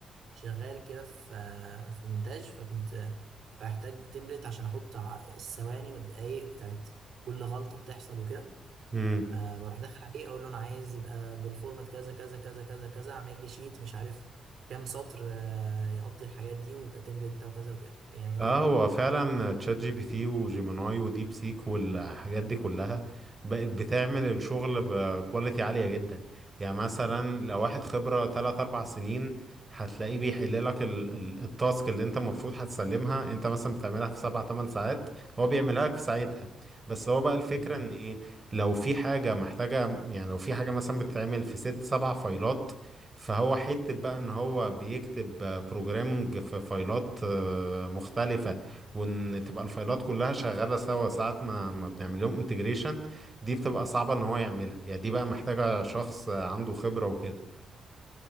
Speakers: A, on the right (about 65°); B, on the right (about 25°).
A: شغال كده في آه في مونتاج فكنت آه، بحتاج تمبلت عشان احط ع- الثواني والدقايق بتاعت كل غلطه بتحصل وكده
B: امم
A: آه بروح داخل عليه اقول له انا عايز يبقى بالفورمات كذا كذا كذا كذا كذا اعمل لي شيت مش عارف كام سطر آه يقضي الحاجات دي ويبقى تمبلت بتاعه كذا وكده كان يعملوا
B: اه
A: لي
B: هو فعلا تشات جي بي تي وجيميناي وديب سيك والحاجات دي كلها بقت بتعمل الشغل بكواليتي عالية جدا يعني مثلا لو واحد خبرة 3 4 سنين هتلاقيه بيحل لك ال- ال- التاسك اللي انت المفروض هتسلمها انت مثلا بتعملها في 7 8 ساعات هو بيعملها لك في ساعتها بس هو بقى الفكرة
A: مم.
B: ان ايه لو في حاجة محتاجة يعني لو في حاجة مثلا بتتعمل في 6 7 فايلات فهو حتة بقى ان هو بيكتب بروجرامنج في فايلات آه، مختلفة وان تبقى الفايلات كلها شغالة سوا ساعة ما ما بنعمل لهم انتجريشن دي بتبقى صعبة ان هو يعملها يعني دي بقى محتاجة شخص آه، عنده خبرة وكده